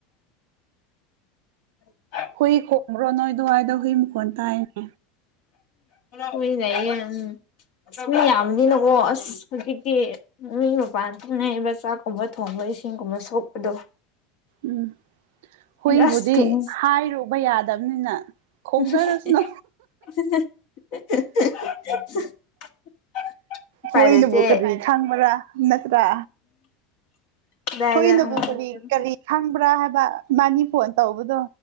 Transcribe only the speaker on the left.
<unintelligible>
ꯍꯣꯏ ꯂꯩꯌꯦ ꯎꯝ ꯍꯨꯏ ꯌꯥꯝꯅꯤꯅꯀꯣ ꯑꯁ ꯍꯧꯖꯤꯛꯇꯤ ꯃꯤ ꯃꯄꯥꯟ ꯊꯣꯛꯅꯩꯕ ꯆꯥꯛꯀꯨꯝꯕ ꯊꯣꯡꯕ ꯏꯁꯤꯡꯒꯨꯝꯕ ꯁꯣꯛꯄꯗꯣ
ꯑꯁ ꯀꯤꯡ
<unintelligible>
ꯎꯄꯥꯏ
ꯂꯩꯇꯦ
ꯑꯗꯥꯏꯗ
ꯎꯝ ꯑꯗꯨ